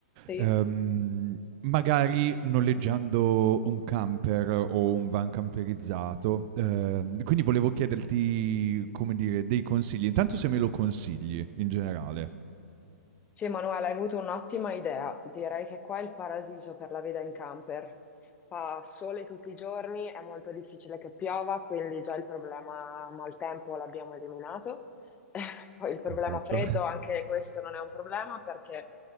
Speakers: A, on the left; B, on the right.
A: Sì,
B: ehm, magari noleggiando un camper o un van camperizzato. Ehm, quindi volevo chiederti, come dire, dei consigli. Intanto se me lo consigli in generale.
A: sì, Emanuele, hai avuto un'ottima idea. Direi che qua è il paradiso per la veda in camper. Fa sole tutti i giorni, è molto difficile che piova, quindi già il problema maltempo l'abbiamo eliminato. <laughs> Poi il problema
B: Perfetto.
A: freddo,
B: <laughs>
A: anche questo non è un problema perché,